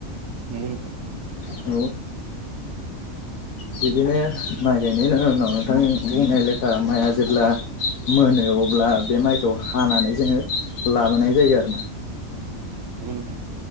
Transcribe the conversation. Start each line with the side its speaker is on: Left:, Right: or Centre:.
Right: नंगौ नोंथां।
Left: <inaudible> ओ बिदिनो माइ गायनायनि उनाव नोंथां बुंनाय लेखा माइया जेब्ला मोनो अब्ला बे माइखौ हानानै जोङो लाबोनाय जायो आरो
Right: नोंगौ नोंथां